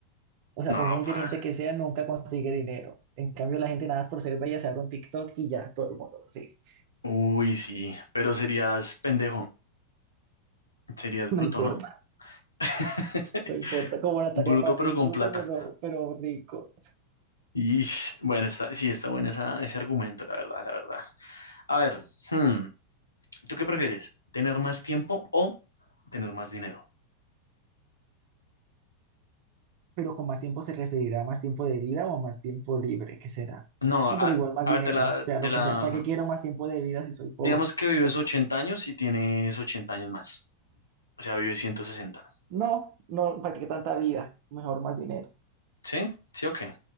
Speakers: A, on the right; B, on the left.
A: O sea,
B: No,
A: por muy inteligente
B: pa.
A: que sea, nunca consigue dinero. En cambio, la gente nada más por ser bella se abre un TikTok y ya todo el mundo lo sigue. <laughs>
B: Uy, sí. Pero serías pendejo. Serías
A: No
B: bruto,
A: importa,
B: ¿no? <laughs>
A: no importa. Como Natalia
B: Bruto
A: París,
B: pero con
A: bruto,
B: plata.
A: pero, pero rico.
B: Y bueno, está, sí, está bueno esa- ese argumento, la verdad, la verdad. A ver, hmm, ¿Tú qué prefieres? ¿Tener más tiempo o tener más dinero?
A: Pero con más tiempo se referirá a más tiempo de vida o a más tiempo libre, ¿qué será?
B: No,
A: No,
B: a,
A: pero igual más
B: a
A: dinero,
B: ver, te la,
A: sea
B: te
A: lo
B: la...
A: que sea. ¿Para qué quiero más tiempo de vida si soy pobre?
B: Digamos que vives
A: Así,
B: 80 años y tienes 80 años más. O sea, vives 160.
A: no, no, ¿para qué tanta vida? Mejor más dinero.
B: ¿Sí? ¿Sí o qué?